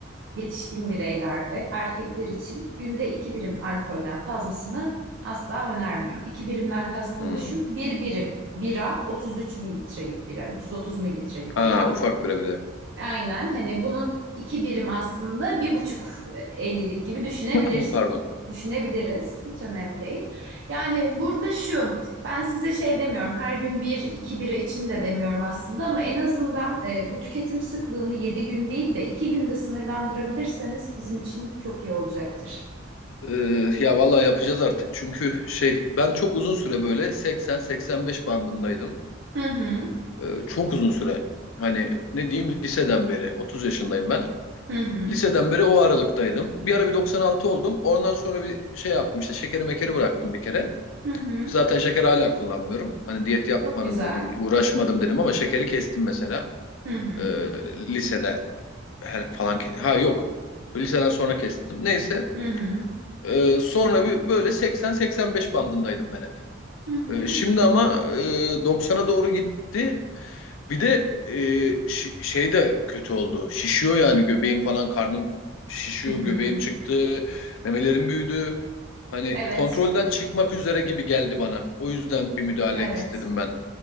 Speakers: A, on the right (about 65°); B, on the left (about 80°).
A: yetişkin bireylerde erkekler için günde 2 birim alkolden fazlasını asla önermiyor. 2 birimden kastım
B: Hmm.
A: da şu, bir birim bira 33 mililitrelik bira, 330 mililitrelik
B: Ha,
A: bira.
B: ufak bira bir de.
A: Aynen hani bunun iki birim aslında bir buçuk e, ellilik gibi düşünebiliriz.
B: <clears throat> Pardon.
A: Düşünebiliriz. Hiç önemli değil. Yani burada şu ben size şey demiyorum her gün bir iki bira için de demiyorum aslında ama en azından e, bu tüketim sıklığını yedi gün değil de iki günde sınırlandırabilirseniz bizim için çok iyi olacaktır.
B: Ee, ya vallahi yapacağız artık çünkü şey ben çok uzun süre böyle 80-85 bandındaydım.
A: Hı hı
B: Ee, çok uzun süre. Hani ne diyeyim liseden beri Otuz yaşındayım ben.
A: hı hı
B: Liseden beri o aralıktaydım. Bir ara bir 96 oldum. Ondan sonra bir şey yaptım işte şekeri mekeri bıraktım bir kere.
A: hı hı
B: Zaten şeker hala kullanmıyorum. Hani diyet yapmadım
A: çok güzel.
B: dedim, uğraşmadım dedim ama şekeri kestim mesela.
A: Hı hı
B: Ee, lisede her- falan. ke- Ha yok. Liseden sonra kestim. Neyse.
A: hı hı
B: Ee, sonra bir böyle 80-85 bandındaydım ben hep.
A: hı hı
B: Ee, şimdi ama e, 90'a doğru gitti. Bir de e, şi- şey de kötü oldu. Şişiyor yani göbeğim falan karnım şişiyor,
A: hı. hı.
B: göbeğim çıktı, memelerim büyüdü. Hani
A: Evet
B: kontrolden çıkmak üzere gibi geldi bana. O yüzden bir müdahale
A: evet.
B: istedim ben.